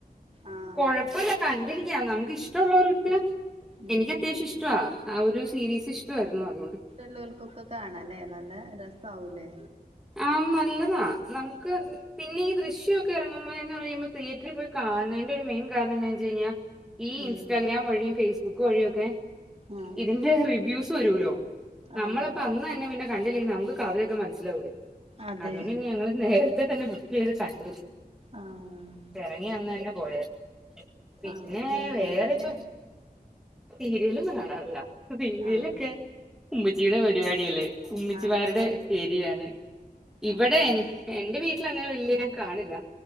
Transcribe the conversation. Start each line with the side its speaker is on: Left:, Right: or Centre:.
Right: ആഹ്
Centre: കൊഴപ്പില്ല കണ്ടിരിക്കാ നമുക്ക്ഷ്ടമുള്ളവർക്ക്
Right: ഉം
Centre: എനിക്ക് അത്യാവശ്യം ഇഷ്ടവാ ആ ഒരു സീരീസ് ഇഷ്ടമായിരുന്നു അതുകൊണ്ട്
Right: ല്ലൂൽക്കൊക്ക കാണ അല്ലേ നല്ല രസവുംലേ
Centre: ആഹ് നല്ലതാ നമുക്ക് പിന്നെ ഈ ദൃശ്യൊക്കെ ഇറങ്ങുമ്പോ എ പറയുമ്പ തിയറ്ററിൽ പോയി കാണുന്നതിന്റെ മെയ്ൻ കാരണം എന്താന്ന് വെച്ച് കഴിഞ്ഞാൽ
Right: ആഹ്
Centre: ഇൻസ്റ്റാഗ്രാം വഴിയും ഫേസ്ബുക്ക് ബുക്ക് വഴിയൊക്കെ
Right: ആഹ്
Centre: ഇതിന്റെ റിവ്യൂസ് വരുലോ നമ്മളപ്പോ
Right: ആഹ്
Centre: അന്ന് തന്നെ പിന്നെ കണ്ടില്ലേ നമുക്ക് കഥയൊക്കെ മനസ്സിലാവൂലേ
Right: അതെ
Centre: അതുകൊണ്ട് ഇ ഞങ്ങള് നേരത്തെ തന്നെ ബുക്ക് ചെയ്ത് കണ്ടു
Right: ആഹ്
Centre: ഇറങ്ങി അന്ന് തന്നെ പോയാരുന്നു പിന്നെ
Right: ആഹ് സീരിയലൊക്കെ
Centre: വേറെ പ്പോ സീരിയൽ ഒന്നും കാണാറില്ല സീരിയിലൊക്കെ
Right: ആഹ്
Centre: ഉമ്മചിയുടെ പരിപാടില്ലേ ഉമ്മിച്ചിമാരുടെ
Right: ആഹ് ആഹ്
Centre: ഏരിയാണ് ഇവിടെ
Right: ആഹ്
Centre: എന്റെ വീട്ട വീട്ടില്അങ്ങനെ വല്ല്യ ഞാൻ കാണില്ല